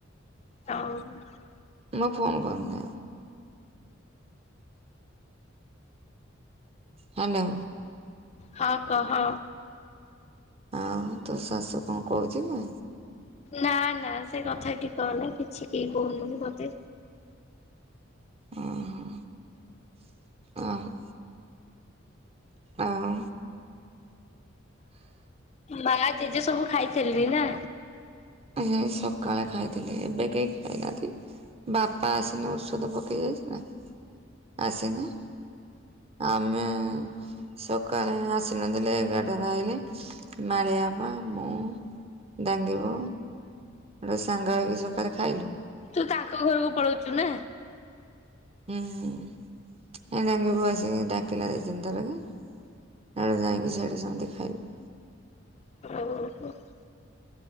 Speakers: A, on the left; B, on the right.
A: <unintelligible>
B: ମୋ ଫୋନ <unintelligible> ହ୍ୟାଲୋ।
A: ହଁ କହ?
B: ଆଉ ତୋ ଶାଶୁ କଣ କହୁଥିଲେ?
A: ନା ନା ସେ କଥା ଠିକ କ ନା କିଛି କେହି କହୁନୁ ମତେ।
B: ଓହୋ ହ। ଆଉ
A: ମା ତେଜେ ସବୁ ଖାଇଥିଲି ନା
B: ଆ ସକାଳେ ଖାଇଥିଲେି ଏବେ କେହି ଖାଇନାହାନ୍ତି। ବାପା ଆସିନେ ଔଷଧ ପକେଇ ଯାଇଛି ନା ଆସିନେ। ଆମେ ସକାଳେ ଆସିନଥିଲେ ଏଗାରଟାରେ ରହିଲି ମାଳିଆପ ମୁଁ। ଡାଙ୍ଗିବୁ ଗୋଟେ ସାଙ୍ଗ ହେଇକି ସକାଳେ ଖାଇଲୁ।
A: ତୁ ତାଙ୍କ ଘରକୁ ପଳଉଛୁ ନା
B: ହୁଁ ଏଡାଙ୍ଗିବ ଆସି ଡାକିଲା ଦେଇ ଧଥର କି। ଆେ ଯାଇି ସେଟୁ ସୁ ଦେ ଖାଇଲୁ
A: ଆଉ।